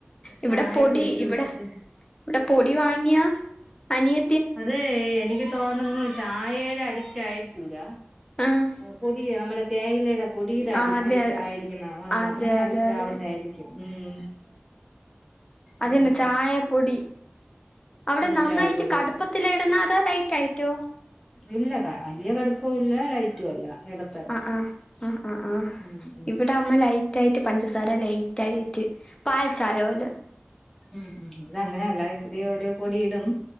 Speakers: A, on the left; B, in the centre.
A: ഇവിടെ
B: ചായ
A: പൊടി
B: കുടിച്ച്
A: ഇവിടെ
B: കുടിച്ച്
A: ഇവിടെ പൊടി വാങ്ങിയാ അനിയ
B: അതെ എനിക്ക് തോന്നുന്നു ചായയുടെ അഡിക്റ്റ് ആയിരിക്കൂല.
A: ആഹ്
B: പൊടി നമ്മുടെ തേയിലയുടെ പൊടിടെ അഡി
A: ആഹ് അതെ
B: അഡിക്റ്റ് ആയിരിക്കുന്നോ ആഹ്
A: അതെ
B: അങ്ങനെ അഡിക്റ്റ്
A: അതെ അതെ
B: ആവുന്നായിരിക്കും ഉം.
A: അതിന്
B: ഉം
A: ചായപ്പൊടി അവിടെ
B: ഉം
A: നന്നായിട്ട്
B: ചായപ്പൊടിയുടെ
A: കടുപ്പത്തിലിടണോ അതോ ലൈറ്റ് ആയിട്ടോ.
B: ഇല്ല വലിയ കടുപ്പവും ഇല്ല ലൈറ്റും അല്ല. ഇടത്തരം
A: ആ ആ ആ ആ ആ
B: ഉം ഉം
A: ഇവിടെ ത്തെ അമ്മ ലൈറ്റ് ആയിട്ട് പഞ്ചസാര ലൈറ്റ് ആയിട്ട് പാൽ ചായ പോലെ
B: ഉം ഉം ഇത് അങ്ങനെയല്ല ഇത്തിരി ഒരു പൊടിയിടും,